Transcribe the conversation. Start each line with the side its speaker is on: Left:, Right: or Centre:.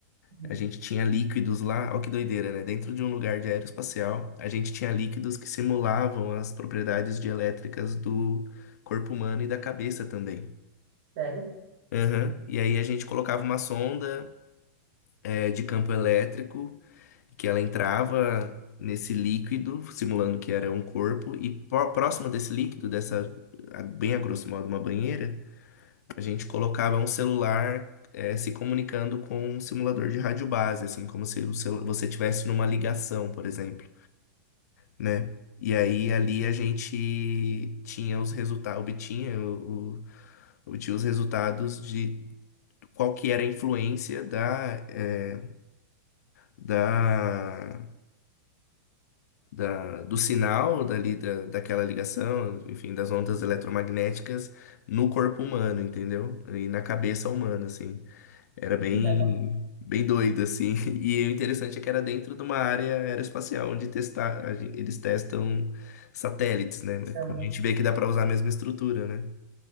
Right: uhum.
Left: a gente tinha líquidos lá, ó que doideira, né? Dentro de um lugar de aeroespacial, a gente tinha líquidos que simulavam as propriedades dielétricas do corpo humano e da cabeça também.
Right: Sério?
Left: Aham. E aí a gente colocava uma sonda, eh, de campo elétrico que ela entrava nesse líquido, simulando que era um corpo, e pró- próximo desse líquido, dessa, a- bem a grosso modo, uma banheira, a gente colocava um celular eh, se comunicando com um simulador de rádio base, assim, como se o celu- você tivesse numa ligação, por exemplo, né? E aí ali a gente tinha os resultados, obtinha, o, o- obtinha os resultados de qual que era a influência da, eh, da da, do sinal dali, da, daquela ligação, enfim, das ondas eletromagnéticas no corpo humano, entendeu? E na cabeça humana, assim. Era bem,
Right: Dá uma-
Left: bem doido, assim. <laughs> E o interessante é que era dentro de uma área aeroespacial, onde testar, a gen- eles testam satélites, né?
Right: dá
Left: Como a gente vê que dá para usar a mesma estrutura, né?